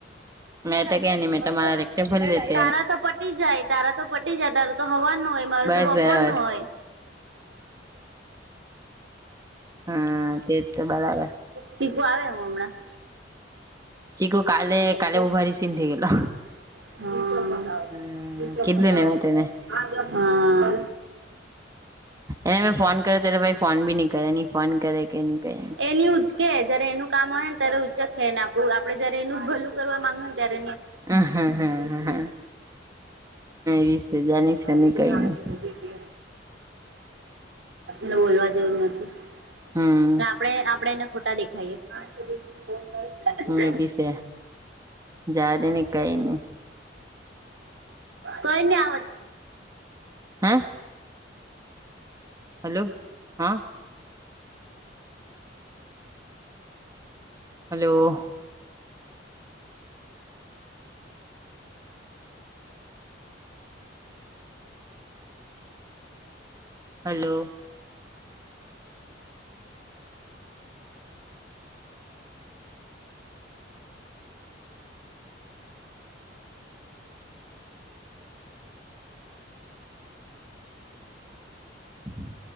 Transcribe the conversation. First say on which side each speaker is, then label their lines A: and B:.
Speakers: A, on the right (about 20°); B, on the right (about 80°).
A: મેં તો કે નહી મેં
B: અચ્છા,
A: તમારા લેક્ચર ભરી લેતે
B: તારા તો પટી જાય, તારા તો પટી જાય તારા. તો સવારનું હોય મારું
A: બસ
B: તો બોપરનું
A: બરાબર
B: હોય.
A: હા તે તો બરાબર
B: ચીખુ આવે હું હમણાં,
A: ચીકુ કાલે
B: <unintelligible>
A: કાલે બહુ ભારી સીન થઈ ગયેલો
B: <inaudible> હ
A: હમ
B: બવ ત
A: કીધલું
B: બતાવો.
A: ને મેં તેને
B: હા.
A: એને મેં ફોન કર્યો ત ભાઈ ફોન બી ન કરે ફોન કરે કે ન કરે.
B: એની ઉચ્ચ જય એનું કામ હોય ને ત્યારે ઉચ્ચકેના. તો આપડે જયારે એનું ભલું કરવા માંગે ને ત્યારે
A: હા હા હા
B: એવું.
A: હા વીસ હજારની છે
B: હ
A: ને કઈ
B: અરે
A: નઈ
B: તો ખ મુજકે, ને બોલવા દેવું નથી.
A: હું.
B: અને આપણે આપડે એને ખોટા દેખાઈએ. ના તો ફોન રાખે.
A: એ બી છે જાડે ને કઈ નહી
B: કોઈને આવત.
A: હા. હાલો હા. હાલો. હાલો. હું.